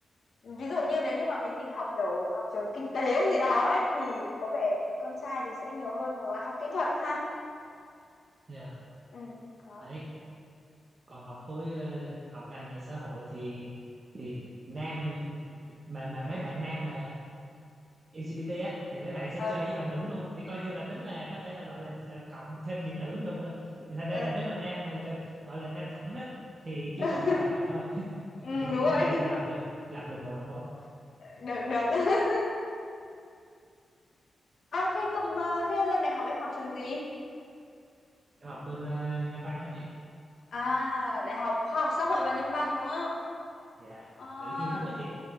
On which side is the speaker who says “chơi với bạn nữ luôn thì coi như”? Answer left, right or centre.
Right